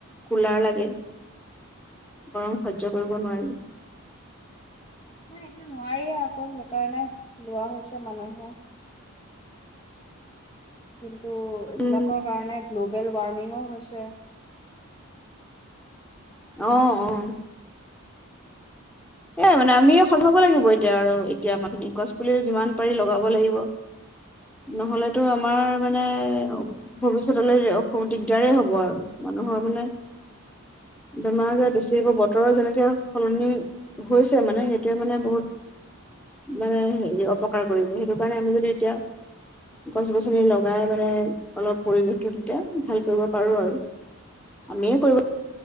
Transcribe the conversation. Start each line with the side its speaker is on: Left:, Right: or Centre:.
Centre: কুলাৰ লাগে গৰম সহ্য কৰিব নোৱাৰি
Left: নাই এতিয়াটো নোৱাৰি আকৌ সেইকাৰণে লোৱা হৈছে মানুহৰ কিম টো এইবিলাকৰ
Centre: উম
Left: কাৰণে গ্ল'বেল ৱাৰ্মিঙো হৈছে
Centre: অহ আহ সেইয়াই মানে আমি সজাব লাগিব এতিয়া আৰু এতিয়া আমাৰ খিনি গছ পুলি যিমান পাৰি লগাব লাগিব নহলেতো আমাৰ মানে
Left: উম,
Centre: ভবিষ্যত পত দিগদাৰে হ'ব আৰু মানুহৰ মানে বেমাৰ আজাৰ বেছি হব বতৰৰ যেনেকে সলনি হৈছে মানে সেইটোৱে মানে বহুত মানে হেৰি অপকাৰ কৰিব সেইটো কাৰণে আমি যদি এতিয়া গছ গছনি লগাই মানে অলপ পৰিৱেশটো তেতিয়া ভাল কৰিব পাৰো আৰু আমিয়ে কৰিব